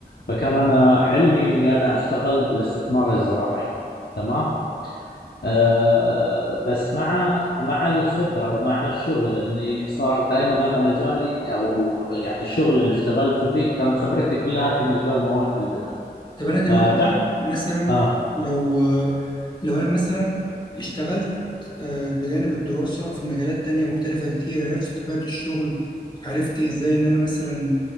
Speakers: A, on the left; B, on the left.
A: فكان أنا حلمي أني أنا أشتغل بالاستثمار الزراعي تمام أه آه، بس مع مع الخبرة ومع الشغل أني صار دائما أنا مجالي أو يعني الشغل اللي اشتغلته فيه كان خبرتي كلها في مجال مواد البناء
B: طب أنا دلوقتي
A: فبعد
B: مثلا
A: آه
B: لو لو أنا مثلا اشتغلت آه، بجانب الدراسة في مجالات تانية مختلفة كتير عرفت طبيعة الشغل عرفت إزاي إن أنا مثلا